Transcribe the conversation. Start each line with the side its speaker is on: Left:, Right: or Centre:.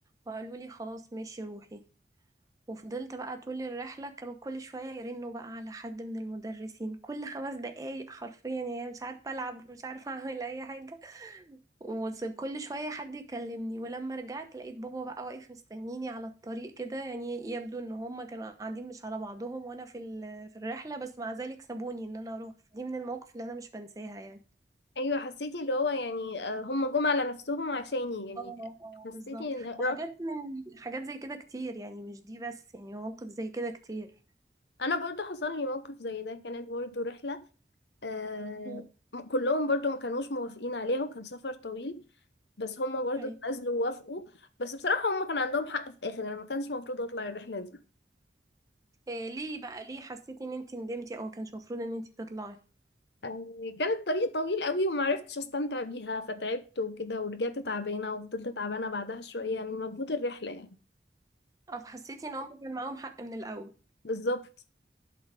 Right: وقالوا لي خلاص ماشي روحي وفضلت بقى طول الرحلة كانوا كل شوية يرنوا بقى على حد من المدرسين كل خمس دقايق حرفيا يعني مش عارفة ألعب ومش عارفة أعمل أي حاجة وكل شوية حد يكلمني ولما رجعت لقيت بابا بقى واقف مستنيني على الطريق كده يعني يبدو إن هما كانوا قاعدين مش على بعضهم وأنا في ال- في الرحلة بس مع ذلك سابوني إن أنا أروح دي من المواقف اللي أنا مش بنساها يعني
Left: أيوة حسيتي اللي هو يعني آه، هم جم على نفسهم عشاني يعني
Right: اه اه
Left: حسيتي
Right: بالظبط
Left: إن رغ-
Right: وحاجات من حاجات زي كده كتير يعني مش دي بس يعني مواقف زي كده كتير
Left: أنا برضو حصل لي موقف زي ده كانت برضو رحلة آه،
Right: مم.
Left: م- كلهم برضو ما كانوش موافقين عليها وكان سفر طويل بس هم برضو
Right: أيوة.
Left: اتنازلوا ووافقوا بس بصراحة هم كان عندهم حق في الآخر أنا ما كانش المفروض أطلع الرحلة دي
Right: إيه ليه بقى ليه حسيتي ان انت ندمتي او ما كانش المفروض ان انت تطلعي
Left: آه، كان الطريق طويل قوي ومعرفتش استمتع بيها فتعبت وكده ورجعت تعبانه وفضلت تعبانه بعدها شويه من مجهود الرحله يعني
Right: او حسيتي ان هم كان معاهم حق من الاول
Left: فبالظبط